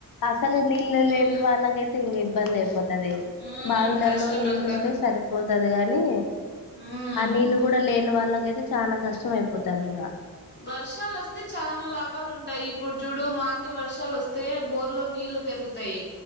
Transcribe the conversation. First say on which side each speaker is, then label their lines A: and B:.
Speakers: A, on the left (about 70°); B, on the left (about 30°).
A: ఆసలు నీళ్ళు లేని వాళ్లకి అయితే ఇబ్బంది అయిపోతది ది
B: ఉమ్
A: బావిలలో
B: కష్టం
A: నీళ్ళు
B: అక్క
A: ఉంటే సరిపోతది గాని
B: ఉమ్
A: ఆ నీళ్ళు కూడా లేని వాళ్ళకయితే చాలా కష్టం అయిపోతది ఇంకా
B: వర్షాలు వస్తే చనాా లాభాలు ఉంటాయి ఇప్పుడు చూడు మాకే వర్షాలు వస్తే బోర్లో నీళ్రు ఇలు పెరుగుతాయి